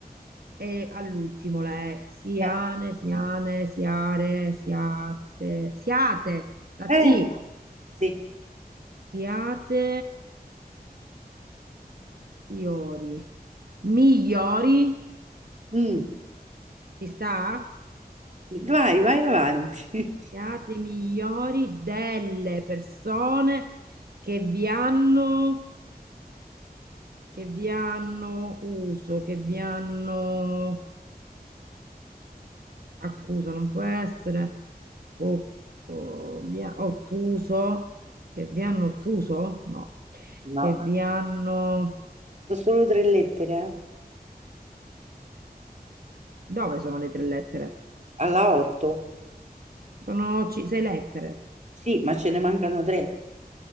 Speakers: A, on the right; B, on the right.
A: E all'ultimo la E, siane,
B: eh,
A: siane, siare, siate, siate, la
B: eh,
A: T,
B: sì,
A: siate, iori, migliori,
B: Mm.
A: ci sta?
B: Vai, vai avanti. <laughs>
A: Siate migliori delle persone che vi hanno, che vi hanno uso, che vi hanno accuso non può essere, o, o vi ha- ottuso, che vi hanno ottuso? No,
B: No,
A: che vi hanno...
B: sono solo tre lettere,
A: Dove sono le tre lettere?
B: eh. Alla 8,
A: Sono ci- sei lettere.
B: sì, ma ce ne mancano tre.